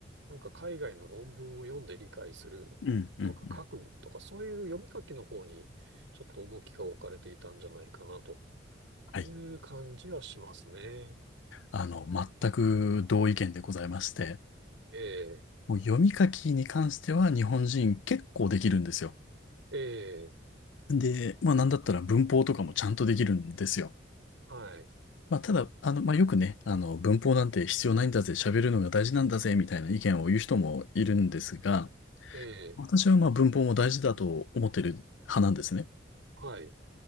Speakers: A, on the right; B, on the left.
A: なんか海外の論文を読んで理解する
B: うん、うん。
A: とか書くとか、
B: うん
A: そういう読み書きの方にちょっと重きが置かれていたんじゃないかなと。
B: はい。
A: いう感じはしますね。
B: あの、全く同意見でございまして、
A: ええ、
B: もう読み書きに関しては日本人結構できるんですよ。
A: ええ、
B: で、まあなんだったら文法とかもちゃんとできるんですよ。
A: はい、
B: まあ、ただ、あの、まあ、よくね、あの、文法なんて必要ないんだぜ、喋るのが大事なんだぜ、みたいな意見を言う人もいるんですが、
A: ええ、
B: 私はまあ文法も大事だと思ってる派なんですね。
A: はい、